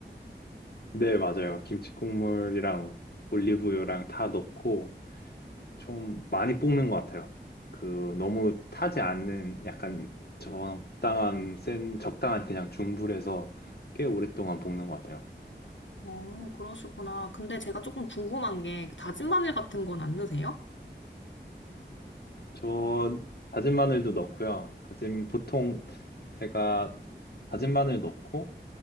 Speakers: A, on the left; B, on the left.
A: 네, 맞아요. 김치 국물이랑 올리브유랑 다 넣고 좀 많이 볶는 것 같아요. 그 너무 타지 않는 약간 적당한 센 적당한 그냥 중불에서 꽤 오랫동안 볶는 것 같아요.
B: 어, 그러시구나. 근데 제가 조금 궁금한 게 그 다진 마늘 같은 건 안 넣으세요?
A: 저 다진 마늘도 넣고요. 다진 보통 제가 다진 마늘 넣고